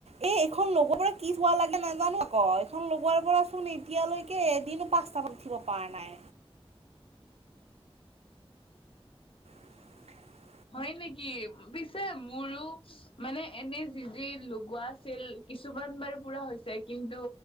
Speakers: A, on the right; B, on the left.
A: এ, এইখন লগোৱাৰ পৰা কি ধোৱা লাগিলে নাজানো আক', এইখন লগোৱাৰ পৰা চোন এতিয়ালৈ কে এদিনো পাঁচটা বজাত উঠিব পৰা নাই। <inaudible>
B: হয় নিকি? পিছে মোৰো মানে এনে যি যি লগোৱা আছিল, কিছুমান বাৰু পুৰা হৈছে, কিন্তু